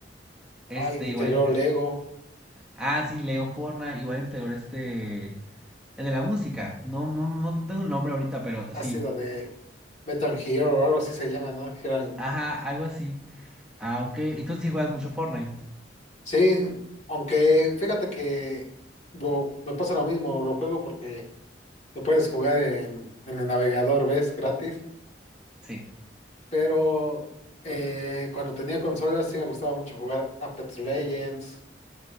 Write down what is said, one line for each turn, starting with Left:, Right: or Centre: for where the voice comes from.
Centre: Este,
Left: ay, integró
Centre: igual. inte-
Left: Lego,
Centre: Ah, sí, Leo Forna, igual integró este. El de la música. No, no, no tengo el nombre ahorita, pero
Left: ha
Centre: sí.
Left: sido de Metal Hero o algo así se llama, ¿no? Hero in-
Centre: Ajá, algo así. Ah, ok. Y tú sí juegas mucho Fortnite.
Left: Sí, aunque fíjate que lo- me pasa lo mismo, lo juego porque lo puedes jugar en en el navegador, ¿ves? Gratis.
Centre: Sí.
Left: Pero eh, cuando tenía consolas sí me gustaba mucho jugar Apex Legends,